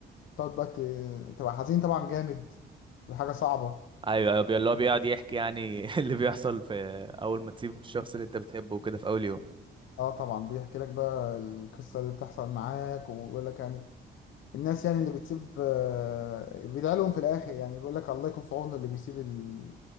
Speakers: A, on the left (about 80°); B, on the right (about 25°).
A: تقعد بقى ت- تبقى حزين طبعا جامد وحاجة صعبة
B: ايوه ايوه بي- اللي هو بيقعد يحكي يعني <laughs> اللي بيحصل في اول ما تسيب الشخص اللي انت بتحبه وكده في اول يوم
A: اه طبعا بيحكي لك بقى القصة اللي بتحصل معاك وبيقول لك يعني الناس يعني اللي بتسيب آه، بيدعي لهم في الآخر يعني بيقول لك الله يكون في عونه اللي بيسيب ال...